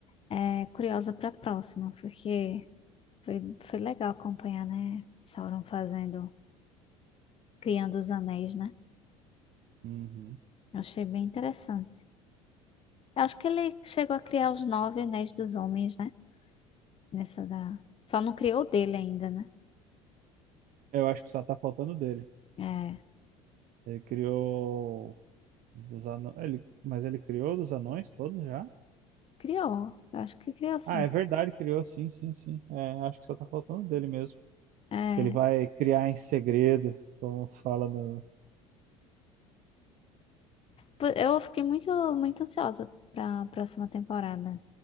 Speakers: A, on the left; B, on the right.
A: é, curiosa pra próxima, porque foi, foi legal acompanhar, né? Sauron fazendo, criando os anéis, né?
B: Uhum.
A: Eu achei bem interessante. Eu acho que ele chegou a criar os nove anéis dos homens, né? Nessa da... Só não criou o dele ainda, né?
B: Eu acho que só tá faltando dele.
A: É,
B: Ele criou dos anões, ele... mas ele criou dos anões todos já?
A: criou. Eu acho que criou sim.
B: Ah, é verdade, criou, sim, sim, sim. É, acho que só tá faltando dele mesmo.
A: É,
B: Que ele vai criar em segredo, como fala no.
A: pô, eu fiquei muito, muito ansiosa para a próxima temporada.